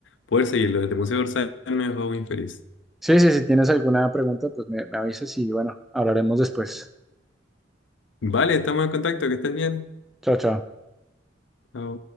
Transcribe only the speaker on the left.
poder seguirlo. Desde Museo de Orsay me hago muy feliz.
Vale, estamos en contacto. Que estés bien.
Chao.